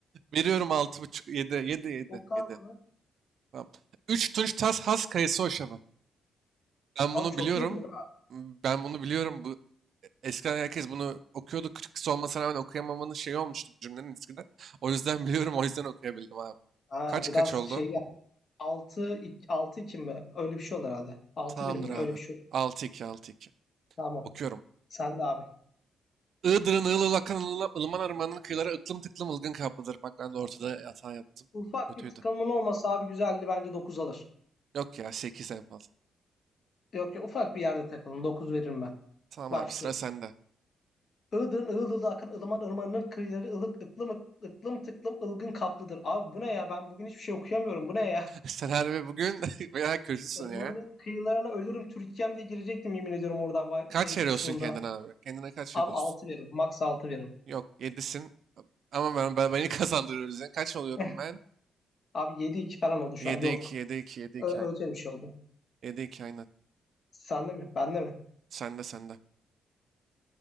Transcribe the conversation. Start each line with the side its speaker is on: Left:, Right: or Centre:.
Right: Veriyorum altı buçuk yedi yedi yedi
Left: Oku
Right: yedi
Left: abi bunu.
Right: Tamam. üç Tunç Tas Has Kayısı Hoşafı. Ben
Left: Abi
Right: bunu
Left: çok
Right: biliyorum.
Left: iyi okudun.
Right: Ben bunu biliyorum. Bu, eskiden herkes bunu okuyordu. Kırkısı olmasına rağmen okuyamamanın şeyi olmuştu bu cümlenin eskiden. O yüzden <laughs> biliyorum. O yüzden okuyabildim abi.
Left: Aa,
Right: Kaç
Left: biraz
Right: kaç oldu?
Left: şey geldi. 6 6 2 mi? Öyle bir şey olur herhalde. Altı
Right: Tamamdır
Left: bir miydi?
Right: abi.
Left: Öyle bir şey olur.
Right: 6-2, 6-2.
Left: Tamam.
Right: Okuyorum.
Left: Sen de abi.
Right: Iğdır'ın ığıl ığıl akan ılıla- ılıman ırmanın kıyıları ıklım tıklım ılgın kaplıdır. Bak ben de ortada hata yaptım.
Left: Ufak
Right: Kötüydü.
Left: bir takılımın olmasa abi güzeldi bence 9 alır.
Right: Yok ya 8 en fazla.
Left: Yok ya ufak bir yerde takılın. 9 veririm ben.
Right: Tamam
Left: Başlıyorum.
Right: abi sıra sende.
Left: Iğdır'ın ığıl ığıl akan ılıman ırmanının kıyıları ılık ıklım ık- ıklım tıklım ılgın kaplıdır. Abi bu ne ya? Ben bugün hiçbir şey okuyamıyorum. Bu ne ya?
Right: Sen harbi bugün <laughs> bayağı kötüsün
Left: <laughs> Irmanın
Right: ya.
Left: kıyılarına ölürüm Türkiye'm diye girecektim yemin ediyorum oradan var-
Right: Kaç
Left: şey
Right: veriyorsun
Left: kısmında.
Right: kendine abi? Kendine kaç
Left: Abi
Right: veriyorsun?
Left: 6 veririm. Max 6 veririm.
Right: Yok yedisin Ama ben, ben beni <laughs> kazandırıyoruz ya. Kaç oluyorum
Left: <laughs>
Right: ben?
Left: Abi yedi iki falan oldu şu
Right: yedi
Left: an. Yok.
Right: iki 7 iki 7
Left: Ö-
Right: 2 aynen.
Left: Öyle bir şey oldu.
Right: 7 2 aynen.
Left: Sende mi? Bende mi?
Right: Sende sende.